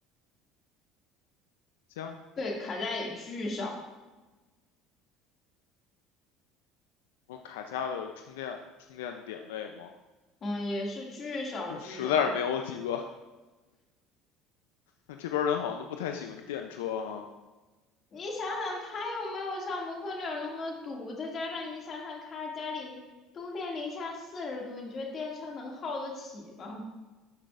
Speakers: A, on the left; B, on the left.
A: 家，
B: 对，卡价也巨少，
A: 我卡家的充电充电点位吗？
B: 嗯，也是巨少巨少。
A: <laughs> 实在是没有几个。那这边人好像都不太喜欢电车哈。
B: 你想想，它有没有像蒙特利尔那么堵，再加上你想想，卡尔加里冬天零下四十度，你觉得电车能耗得起吗？